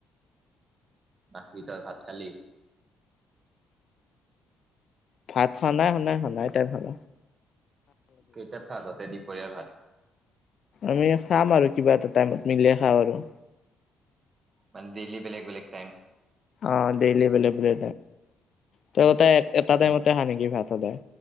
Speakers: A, on the right; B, on the left.
A: বাকি তই ভাত খালি।
B: ভাত খ নাই খনাই খনাই তাই ভাল
A: কেইটাত খাততে দপৰীয়াৰ ঘাত।
B: আমি খাম আৰু কিবা এটা টাইমত মিলিয়ে খাওঁ আৰু।
A: মানে দিলী বেলেগ বেলেগ টাইম।
B: অ' ডেইল ব বলে ত এটা
A: উম
B: াইমতে আহা নেকি ভাত সদায়।